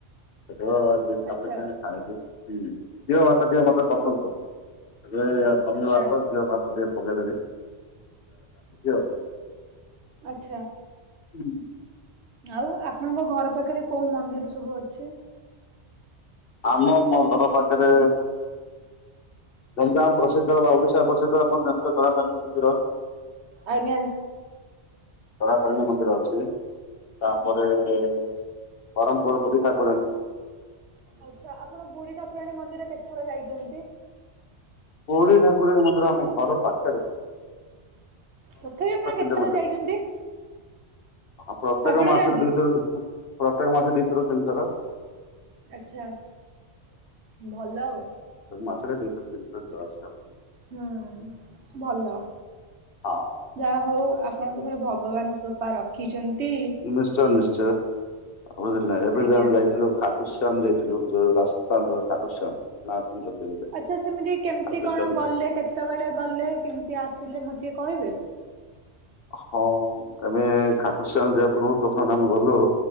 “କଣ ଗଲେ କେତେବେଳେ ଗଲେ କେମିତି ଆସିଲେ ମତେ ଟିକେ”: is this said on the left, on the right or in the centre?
Right